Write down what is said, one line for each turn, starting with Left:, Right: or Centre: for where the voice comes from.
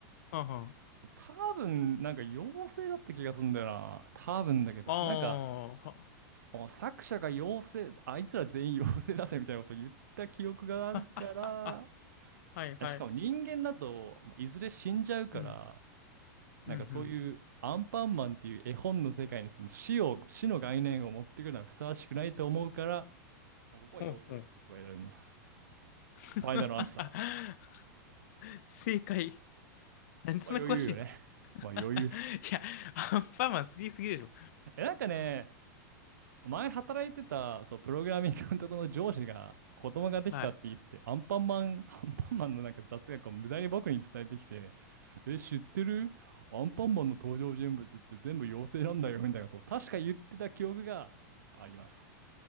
Left: はんはん。
Right: 多分なんか妖精だった気がするんだよな。多分だけど。
Left: ああ、
Right: なんか、
Left: は、は、
Right: お作者が妖精、あいつら全員妖精だぜみたいなことを言った記憶があるから、
Left: はあ、はあ、ははいはい。
Right: あしかも人間だとまあいずれ死んじゃうから、
Left: うん。
Right: なんかそういうアンパンマンっていう絵本の世界にその死を、
Left: うん、うん。
Right: 死の概念を持ってくるのはふさわしくないと思うから、まあここは妖精を僕は選びます。
Left: ほうほう。<laughs>
Right: ファイナルアンサー。
Left: 正解。なんでそんな詳しいんですか
Right: まあ余裕よね。<laughs>
Left: <laughs>
Right: まあ余裕っす。
Left: いや、アンパンマン好きすぎでしょ。
Right: え、なんかね、前働いてた、そう、プログラミングのとこの上司が子供ができたって言って、
Left: はい。
Right: アンパンマン、<laughs> アンパンマンのなんか雑学を無駄に僕に伝えてきて、え、知ってるアンパンマンの登場人物って全部妖精なんだよ、みたいなことを確か言ってた記憶があります。